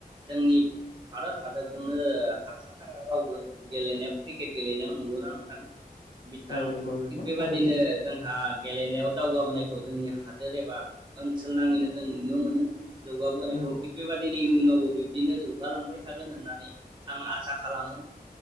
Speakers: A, on the right; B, on the left.
A: जोंनि भारत हादरजोंनो हाखाथारा रावबो गेलेनायाव क्रिकेट गेलेनायाव नंगौना नोंथां बिथां
B: औ नंगौ नोंथां
A: थिग बेबायदिनो
B: थारैनो
A: जोंहा गेलेनायाव दावगाबोनायखौ जोंनि हादोर एबा ओनसोल नाङैनो जों नुनो मोनो जौगाबोनायखौ
B: औ
A: थिग बेबादिनि इयुनावबो बिब्दिनो जौ हुगालांबाय थागोन होननानै आं आसा खालामो